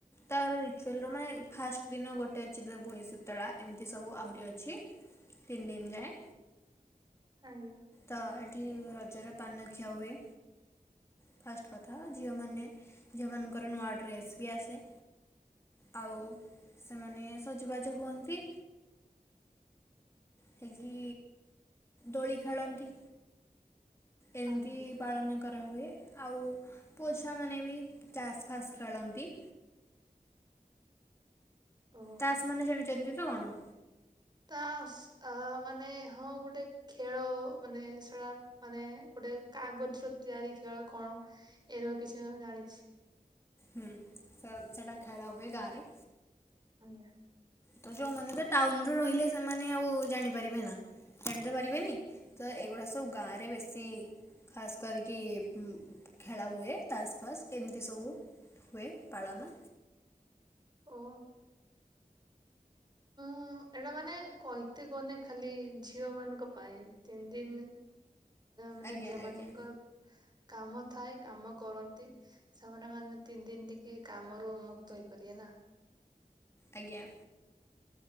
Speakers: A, on the left (about 15°); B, on the right (about 30°).
A: ତାର ରିଚୁଆଲର ମାନେ ଫାଷ୍ଟ ଦିନ ଗୋଟେ ଅଛି ଯେ ଭୁଇଁସୂତଳା ଏମିତି ସବୁ ଆହୁରି ଅଛି। ତିନ ଦିନ ଯାଏ।
B: ଆଜ୍ଞା।
A: ତ ଏଠି ରଜରେ ପାନ ଖିଆ ହୁଏ। ଫାଷ୍ଟ କଥା ଝିଅମାନେ ଝିଅମାନଙ୍କର ନୂଆ ଡ୍ରେସ୍ ବି ଆସେ। ଆଉ ସେମାନେ ସଜବାଜ ହୁଅନ୍ତି। ସେକି ଦୋଳି ଖେଳନ୍ତି। ଏମିତି
B: ଆଜ୍ଞା
A: ପାଳନ କରାହୁଏ, ଆଉ ପୁଅ ଛୁଆମାନେ ବି ଚାସ୍ ଫାସ୍ ଖେଳନ୍ତି।
B: ଓ
A: ତାସ ମାନେ ଜାଣିଛନ୍ତି ତ କଣ?
B: ତାସ୍ ଅ ମାନେ ହଁ ଗୋଟେ ଖେଳ ମାନେ ସେଟା। ମାନେ ଗୋଟେ କାଗଜ ର ତିଆରି ଖେଳ କଣ ଏ ର କିଛି ଜାଣିଛି।
A: ହୁଁ ସେ ସେଇଟା ଖେଳ ହୁଏ ଗାଁରେ।
B: ଆଜ୍ଞା।
A: ତ ଯୋଉମାନେ ତ ଟାଉନ ରେ ରହିଲେ ସେମାନେ ଆଉ ଜାଣିପାରିବେ ନା। ଜାଣି ତ ପାରିବେନି ତ ଏଇଗୁଡା ସବୁ ଗାଁ ରେ ବେଶୀ ଖାସ୍ କରିକି ଖେଳା ହୁଏ ତାସ ପାସ୍ ଏମିତି ସବୁ। ହୁଏ ପାଳନ।
B: ଓ ହଁ ଏଇଟା ମାନେ କହିତେ କହନେ ଖାଲି ଝିଅ ମାନଙ୍କ ପାଇଁ ତିନି ଦିନ ମାନେ
A: ଆଜ୍ଞା
B: ଯେମାନଙ୍କର
A: ଆଜ୍ଞା
B: କାମ ଥାଏ କାମ କରନ୍ତି ସେମାନେ ମାନେ ତିନି ଦିନ ଟିକେ କାମରୁ ମୁକ୍ତ ହେଇପାରିବେ ନା।
A: ଆଜ୍ଞା।